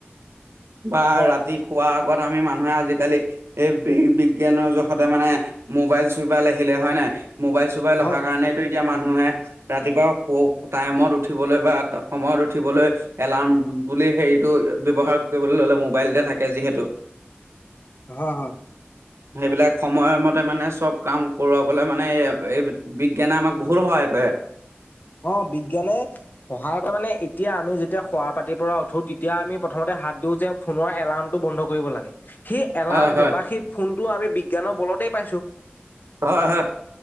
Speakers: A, on the right; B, on the left.
A: বা
B: হয়
A: ৰাতি শুৱাৰ আগত মানুহে আজিকালি এই বি বিজ্ঞানৰ জহতে মানে মোবাইল চোবাইল আহিলে হয় নাই মোবাইল চোবাইল
B: হয়
A: অহাৰ কাৰণেটো এতিয়া মানুহে ৰাতিপুৱা টাইমত উঠিবলৈ বা সময়ত উঠিবলৈ এলাৰ্ম বুলি হেৰিটো ব্যৱহাৰ কৰিবলৈ ললে মোবাইলতে থাকে যিহেতু।
B: অহ অহ।
A: সেইবিলাক সময়মতে মানে চব কাম কৰোৱাবলে মানে এই বিজ্ঞানে আমাক বহুত সহায় কৰে।
B: অ বিজ্ঞানে, সহায় কৰে মানে এতিয়া আমি যেতিয়া শুৱাৰ পাতিৰ পৰা উঠোঁ তেতিয়া আমি প্ৰথমতে হাত দিওঁ যে ফোনৰ এলাৰ্মটো বন্ধ কৰিব লাগে। সেই এলাৰ্মটো
A: হয় হয়
B: বা সেই ফোনটো আমি বিজ্ঞানৰ বলতেই পাইছো।
A: হয় হয়।